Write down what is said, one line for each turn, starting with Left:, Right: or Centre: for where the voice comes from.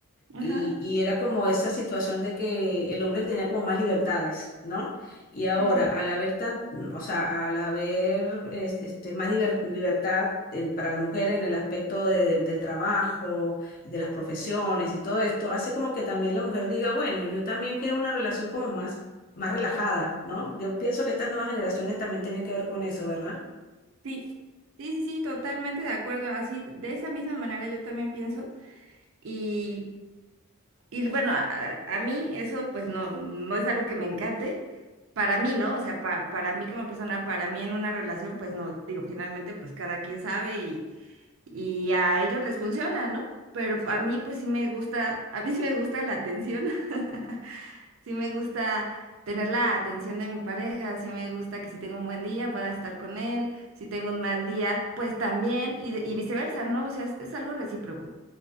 Right: ajá,
Left: Y, y era como esa situación de que el hombre tenía como más libertades, ¿no? Y ahora,
Right: muy bien.
Left: al haber tan, o sea, al haber es- este, más liber- libertad en- para la mujer en el aspecto de- del, del trabajo, de las profesiones y todo esto, hace como que también la mujer diga, bueno, yo también quiero una relación como más, más relajada, ¿no? Yo pienso que estas nuevas generaciones también tienen que ver con eso, ¿verdad?
Right: sí, sí, sí, sí, totalmente de acuerdo, así, de esa misma manera yo también pienso, y... Y bueno, a, a mí eso pues no, no es algo que me encante. Para mí, ¿no? O sea, pa- para mí como persona, para mí en una relación, pues no, digo, finalmente pues cada quien sabe y, y a ellos les funciona, ¿no? Pero a mí pues sí me gusta, a mí sí me gusta la atención, <laughs> sí me gusta tener la atención de mi pareja, sí me gusta que si tengo un buen día pueda estar con él, si tengo un mal día, pues también, y, de- y viceversa, ¿no? O sea, es, es algo recíproco,